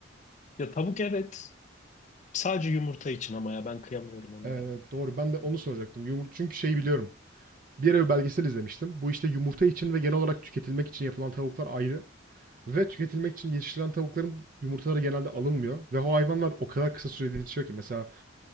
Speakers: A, on the left (about 35°); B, on the right (about 45°).
A: Ya tavuk evet. Sadece yumurta için ama ya ben kıyamıyorum onlara.
B: Ee, doğru. Ben de onu
A: Yani,
B: soracaktım. Yumur çünkü şey biliyorum. Bir yere bir belgesel izlemiştim. Bu işte yumurta için ve genel olarak tüketilmek için yapılan tavuklar ayrı. Ve tüketilmek için yetiştirilen tavukların yumurtaları genelde alınmıyor. Ve o hayvanlar o kadar kısa sürede yetişiyor ki. Mesela